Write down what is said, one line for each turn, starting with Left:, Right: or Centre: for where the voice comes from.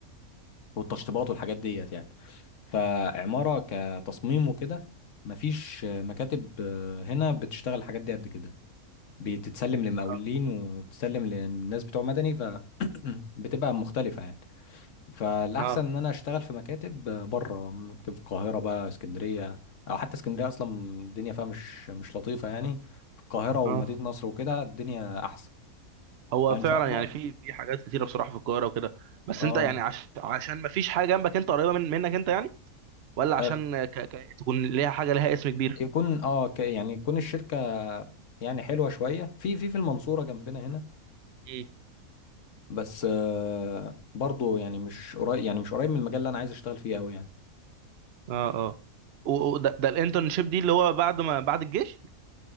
Left: والتشطيبات والحاجات ديت يعني فعمارة كتصميم وكده مفيش آه، مكاتب آه، هنا بتشتغل الحاجات دي قد كده بتتسلم لمقاولين
Right: اه
Left: وبتتسلم للناس بتوع مدني ف <clears throat> بتبقى مختلفة يعني فالاحسن
Right: اه
Left: ان انا اشتغل في مكاتب بره ممكن في القاهره بقى اسكندريه او حتى اسكندريه اصلا الدنيا فيها مش مش لطيفه يعني في القاهره ومدينه
Right: اه
Left: نصر وكده الدنيا احسن
Right: هو
Left: فان
Right: فعلا
Left: شاء الله
Right: يعني في في حاجات كتيره بصراحه في القاهره وكده بس
Left: اه
Right: انت يعني عش... عشان ما فيش حاجه جنبك انت قريبه من... منك انت يعني ولا عشان
Left: آه،
Right: ك... ك... تكون ليها حاجه ليها اسم كبير
Left: يكون اه ك- يعني يكون الشركه يعني حلوه شويه في في في المنصوره جنبنا هنا
Right: مم.
Left: بس آه برضو يعني مش قريب يعني مش قريب من المجال اللي انا عايز اشتغل فيه قوي يعني
Right: اه اه و- وده ده الانترنشيب دي اللي هو بعد ما بعد الجيش